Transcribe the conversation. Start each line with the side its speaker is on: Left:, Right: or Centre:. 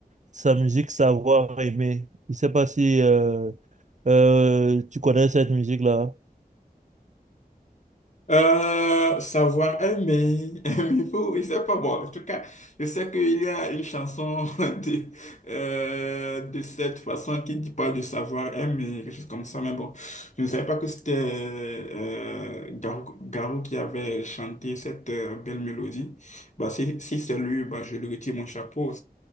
Right: Sa musique, savoir aimer. Je ne sais pas si euh, euh, tu connais cette musique-là.
Left: Euh, savoir aimer, <laughs> aimer faut, je sais pas moi. En tout cas, je sais qu'il y a une chanson <laughs> de, euh, de cette façon qui dit pas de savoir aimer, quelque chose comme ça, mais bon, je ne savais pas que c'était euh, Garou, Garou qui avait chanté cette euh, belle mélodie. Bah, si si c'est lui, bah, je lui retire mon chapeau.